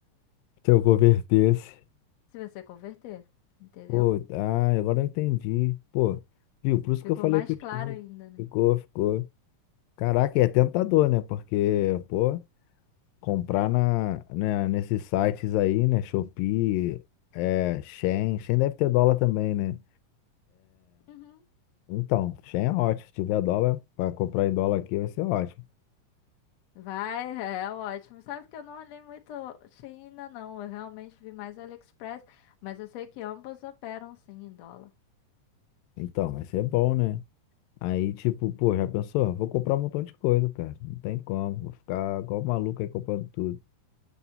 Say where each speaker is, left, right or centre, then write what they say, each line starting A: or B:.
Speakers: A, on the left; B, on the left.
A: Se eu convertesse.
B: se você converter, entendeu?
A: Pô, ah, agora eu entendi. Pô, viu? Por isso
B: Ficou
A: que eu falei
B: mais
A: que o tive.
B: claro ainda, né?
A: Ficou, ficou. Caraca, e é tentador, né? Porque, pô, Comprar na, né, nesses sites aí, né? Shopee, é, Shein. Shein deve ter dólar também, né?
B: Uhum.
A: Então, Shein é ótimo. Se tiver dólar, para comprar em dólar aqui vai ser ótimo.
B: Vai, é é ótimo. Sabe que eu não olhei muito Shein ainda não. Eu realmente vi mais o AliExpress, mas eu sei que ambos operam sim em dólar.
A: Então, vai ser bom, né? Aí, tipo, pô, já pensou? Vou comprar um montão de coisa, cara. Não tem como. Vou ficar igual maluco aí comprando tudo.